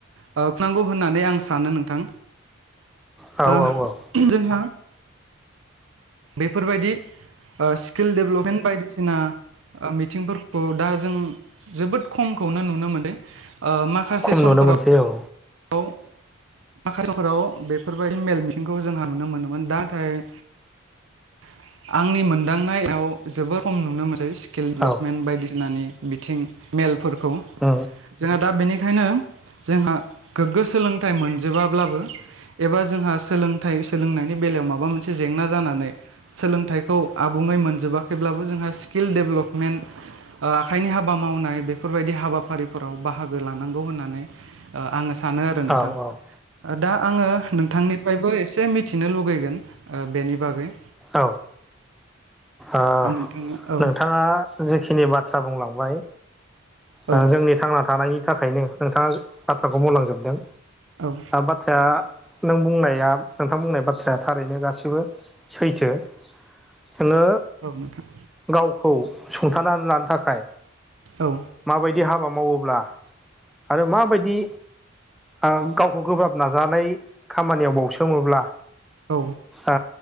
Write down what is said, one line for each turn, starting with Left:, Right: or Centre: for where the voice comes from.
Right: खुंनांगौ होननानै आं सानो नोंथां
Centre: औ
Right: ओ
Centre: औ
Right: जोंहा बेफोरबायदि स्किल डेभलपमेन्ट बायदिसिना मिथिंफोरखौ दा जों जोबोद खमखौनो नुनो मोन्दों माखासे
Centre: खम
Right: समफोराव
Centre: नुनो मोनसै औ
Right: <unintelligible> माखासेफोराव बेफोरबायदि मेल मिथिंखौ जोंहा नुनो मोनोमोन दा नाथाय <inaudible> आंनि मोनदांनायाव जोबोर खम नुनो मोनसै स्किल डेभलपमेन्ट
Centre: औ
Right: बायदिसिनानि बिथिं मेलफोरखौ
Centre: उम
Right: जोंहा दा बेनिखायनो जोंहा गोग्गो सोलोंथाइ मोनजोबाब्लाबो एबा जोंहा सोलोंथाइ सोलोंनायनि बेलायाव माबा मोनसे जेंना जानानै सोलोंथाइखौ आबुङै मोनजोबाखैब्लाबो जोंहा स्किल डेभ्लपमेन्ट ओ आखाइनि हाबा मावनाय बेफोरबायदि हाबाफारिफोराव बाहागो लानांगौ होननानै ओ आङो सानो आरो नोंथां
Centre: औ उम औ
Right: दा आङो नोंथांनिफ्रायबो एसे मिथिनो लुगैगोन ओ बेनि बागै।
Centre: औ ओ
Right: नोंथाङा औ
Centre: नोंथाङा जिखिनि बाथ्रा बुंलांबाय
Right: औ
Centre: ओ जोंनि थांना थानायनि थाखायनो नोंथाङा बाथ्राखौ बुंलांजोबदों
Right: औ
Centre: बाथ्राया नों बुंनाया नोंथां बुंनाय बाथ्राया थारैनो गासिबो सैथो जोङो
Right: औ नोंथां
Centre: गावखौ सुंथानानै लानो थाखाय
Right: औ।
Centre: माबायदि हाबा मावोब्ला आरो माबायदि ओ गावखौ गोब्राब नाजानाय खामानियाव बावसोमोब्ला
Right: औ।
Centre: आ